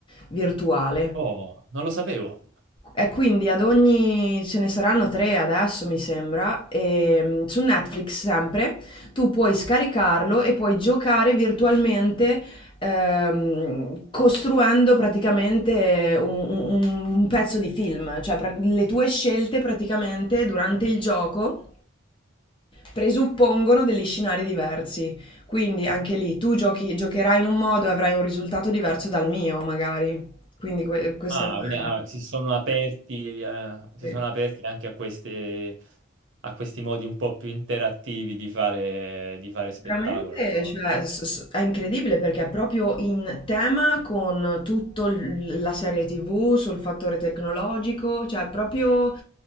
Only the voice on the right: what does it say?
Oh, non lo sapevo.
Ah,
quindi ah, si sono aperti, eh, si
sono aperti anche a queste, a questi modi un po' più interattivi di fare, di fare spettacolo.
no?